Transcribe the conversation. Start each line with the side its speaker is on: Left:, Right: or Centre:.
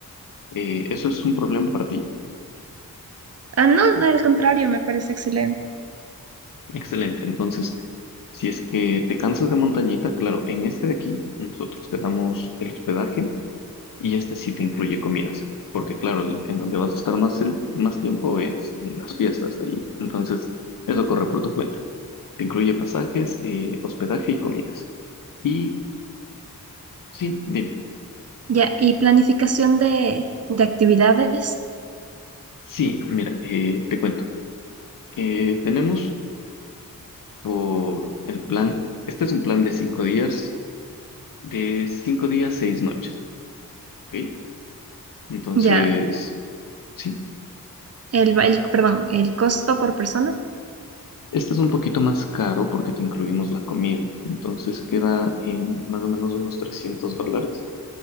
Left: Eh, ¿eso es un problema para ti?
Right: Ah, no, al contrario, me parece excelente.
Left: Excelente. Entonces, si es que te cansas de Montañita, claro, en este de aquí nosotros te damos el hospedaje y este sí te incluye comidas. Porque claro, el- en donde vas a estar más, el- más tiempo es en las fiestas ahí. Entonces, eso corre por tu cuenta. Te incluye pasajes, eh, hospedaje y comidas. Y sí, dime.
Right: Ya, y planificación de, de actividades.
Left: Sí, mira, eh, te cuento. Eh, tenemos por el plan, este es un plan de cinco días, de cinco días, seis noches, ¿ok? Entonces,
Right: Ya,
Left: sí,
Right: el, ba- el, perdón, el costo por persona.
Left: este es un poquito más caro porque te incluimos la comida. Entonces queda en más o menos unos 300 dólares,